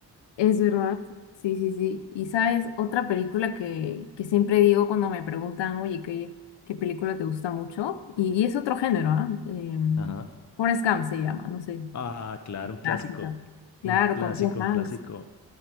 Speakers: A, on the left; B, on the left.
A: Es verdad, sí, sí, sí. Y sabes, otra película que, que siempre digo cuando me preguntan, oye, ¿qué, qué película te gusta mucho? Y, y es otro género, ¿ah? Em,
B: Ajá.
A: Forrest Gump se llama, no sé,
B: Ah, claro, un clásico,
A: clásica. Claro,
B: un clásico,
A: con Tom
B: un
A: Hanks.
B: clásico.